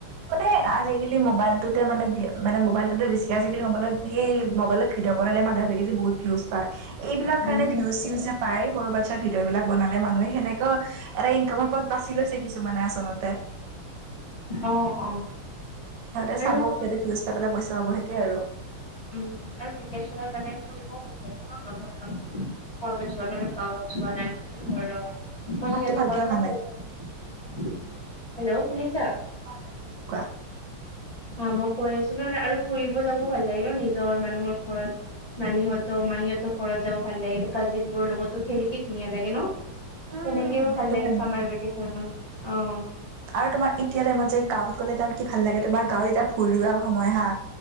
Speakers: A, on the right (about 85°); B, on the left (about 20°).
A: মানে আজিকালি মোবাইলটোতে মানে গে মানে মোবাইলতোটে বেছিকে আজিকালি মবাইলত ধেই, মবাইলত ভিদিঅ বনালে মানুহে আজিকালি বহুত ভিঊজ পায়। এইবিলাক
B: উম,
A: কাৰণে ভিউজ-চিউজ যে পায়, সৰু বাচ্ছা ভিডিঅ' বিলাক বনালে মানুহে, হেনেকাও এটা ইনকামৰ পথ বাছি লৈছে কিছুমানে আচলতে।
B: অ অ।
A: সিহঁতে
B: আৰু
A: চাব, সিহঁতে ভিউজ পাই পেলাই পইচা পাব সেইটোৱে আৰু।
B: উম আৰু ভিকেচনত মানে ফুৰিবও ভাল লাগে ন লগৰ লগত। ক'ৰবাত যোৱালেও
A: হা হা?
B: পাওঁ। যোৱা নাই মই ত ঘৰত। মই
A: তোৰ মাতটো
B: সিহঁতৰ
A: ভালকে
B: ঘৰ
A: অহা
B: <unintelligible>
A: নাই।
B: হেল্ল' শুনিছা?
A: অ এতিয়া শুনিছোঁ। কোৱা?
B: অ মই কৈ আছিলোঁ ন আৰু ফুৰিব যাব ভাল লাগিল ন নিজৰ মানুহৰ ঘৰত। নানীহঁত, মাহীহঁতৰ ঘৰত যাব ভাল লাগে। কাজিন বোৰৰ লগতো খেলি কি ধুনীয়া লাগে ন?
A: উম,
B: তেনেকেও
A: সেইটো
B: ভাল লাগে
A: কাৰণে।
B: চামাৰ ভেকেচনত। অ।
A: আৰু তোমাৰ এতিয়া টাইমত যে গাঁৱত গ'লে তাৰ কি ভাল লাগে, তোমাৰ গাঁৱত এতিয়া ভূঁই ৰোৱা সময় হা।